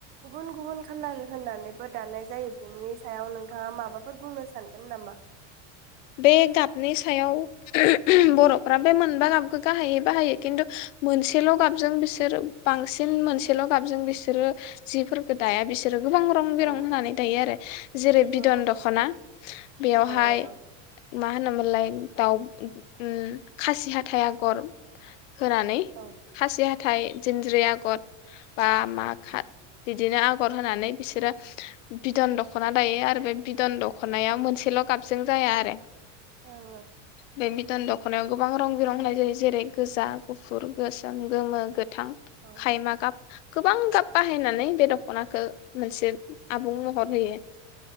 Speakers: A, on the right; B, on the left.
A: गुबुन गुबुन कालार होननानैबो दानाय जायो, बेनि सायाव नोंथाङा माबाफोर बुंनो सानगोन नामा?
B: बे गाबनि सायाव बरफ्रा बे मोनबा गाबखौ गाहायै बाहायो खिन्थु मोनसेल गाबजों बिसोर बांसिन मोनसेल गाबजों बिसोरो जिफोरखो दाया बिसोर । सोरो गोबां रं बिरं
A: औ
B: होनानै दायो आरो जेरै बिदन
A: औ
B: दखना बेयावहाय
A: औ औ
B: मा होनोमोनलाय दाउ उम खासि हाथाइ आगर होनानै
A: औ
B: खासि हाथाय जिनज्रि आगर बा मा
A: औ
B: खा बिदिनो आगर होनानै बिसोरो बिदन दखना दायो आरो बे बिदन दखनाया मोनसेल गाबजों जाया आरो ।
A: औ औ ।
B: बे बिदन दखनायाव गोबां रं बिरं होनाय जायो जे जेरै गोजा गुफुर गोसोम गोमो गोथां
A: औ
B: खायमा गाब गोबां गाब बाहायनानै बे दखनाखो मोनसे आबुं महर होयो